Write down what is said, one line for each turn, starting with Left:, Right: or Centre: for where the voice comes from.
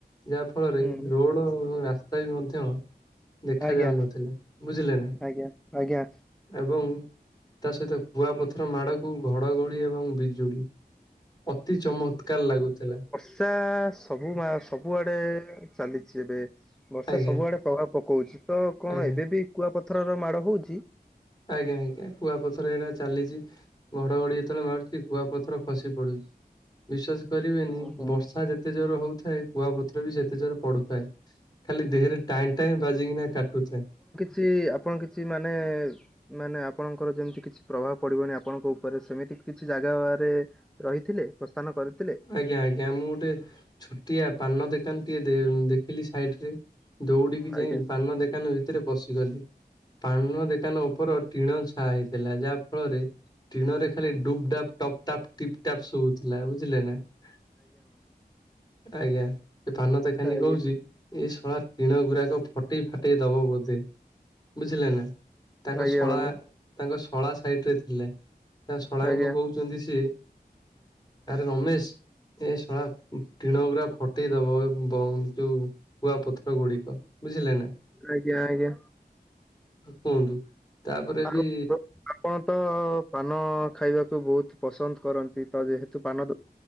Left: ଯାହା ଫଳରେ
Centre: ହୁଁ
Left: ରୋଡ଼ ରାସ୍ତା ବି ମଧ୍ୟ ଦେଖା
Centre: ଆଜ୍ଞା
Left: ଯାଉନଥିଲା। ବୁଝିଲେ ନା?
Centre: ଆଜ୍ଞା ଆଜ୍ଞା
Left: ଏବଂ ତା ସହିତ କୁଆ ପଥର ମାଡ଼କୁ ଘଡ଼ଘଡ଼ି ଏବଂ ବିଜୁଳି। ଅତି ଚମତ୍କାର ଲାଗୁଥିଲା
Centre: ଚା ସବୁ ମା ସବୁଆଡ଼େ ଚାଲିଚି ଏବେ ବର୍ଷା
Left: ଆଜ୍ଞା
Centre: ସବୁଆଡ଼େ ପ ଆ ପକଉଚି ତ କଣ
Left: ଆଜ୍ଞା।
Centre: ଏବେ ବି କୁଆପଥରର ମାଡ଼ ହଉଚି?
Left: ଆଜ୍ଞା ଆଜ୍ଞା କୁଆପଥର ଏଇନା ଚାଲିଚି। ଘଡ଼ଘଡ଼ି ଏଥର ମାରୁଚି କୁଆ ପଥର ଖସି ପଡ଼ୁଚି। ବିଶ୍ୱାସ କରିବେନି
Centre: ଓହୋ
Left: ବର୍ଷା ଯେତେ ଜୋର ହଉଥାଏ କୁଆ ପଥର ବି ସେତେ ଜୋରେ ପଡ଼ୁଥାଏ ଖାଲି ଦେହରେ ଟାଏଁ ଟାଏଁ ବାଜିକିନା କାଟୁଥାଏ।
Centre: ସିଏ ଆପଣ କିଛି ମାନେ। ମାନେ ଆପଣଙ୍କର ଯେମିତି କିଛି ପ୍ରଭାବ ପଡିବନି ଆପଣଙ୍କ ଉପରେ ସେମିତି କିଛି ଜାଗାରେ। ରହିଥିଲେ ପ୍ରସ୍ଥାନ କରିଥିଲେ।
Left: ଆଜ୍ଞା ଆଜ୍ଞା ମୁଁ ଗୋଟେ ଛୋଟିଆ ପାନ ଦୋକାନଟିଏ ଦେଖିଲି ସାଇଟିରେ। ଦୌଡ଼ିକି ଯାଇ
Centre: ଆଜ୍ଞା
Left: ପାନ ଦୋକାନ ଭିତରେ ପଶିଗଲି ପାନ ଦୋକାନ ଉପର ଟିଣ। ହେଇଥିଲା ଯାହା ଫଳରେ ଟିଣରେ ଖାଲି ଡୁ୍ପ୍ ଡ଼ାପ୍ ଟପ୍ ଟାପ ଟିପ୍ ଟାପ୍ ଶୁଭୁଥିଲା ବୁଝିଲ। ଆଜ୍ଞା। ପାନ ଦୋକାନୀ
Centre: ଆଜ୍ଞା
Left: କହୁଛି ଏ ଶଳା ଟିଣ ଗୁରାକ ଫଟେଇ ଫାଟେଇ ଦବ ବୋଧେ। ବୁଝିଲେ ନା ତାଙ୍କ
Centre: ଆଜ୍ଞା
Left: ଶଳା।
Centre: ବନ୍ଧୁ
Left: ତାଙ୍କ ଶଳା ସାଇଟ୍ ରେ ଥିଲେ ତାଙ୍କ ଶଳା
Centre: ଆଜ୍ଞା
Left: ଙ୍କୁ କହୁଛନ୍ତି ସିଏ। ରମେଶ୍ ଏ ସଳା ଟିଣ ଗୁରା ଫଟେଇଦବ ବ ଯୋଉଁ। କୁଆପଥର ଗୁଡିକ ବୁଝିଲେ ନା।
Centre: ଆଜ୍ଞା ଆଜ୍ଞା
Left: କୁହନ୍ତୁ ତାପରେ
Centre: ଆଉ
Left: ବି।
Centre: ବନ୍ଧୁ, ଆପଣ ତ ପାନ ଖାଇବାକୁ ବହୁତ ପସନ୍ଦ କରନ୍ତି ତ ଯେହେତୁ ପାନ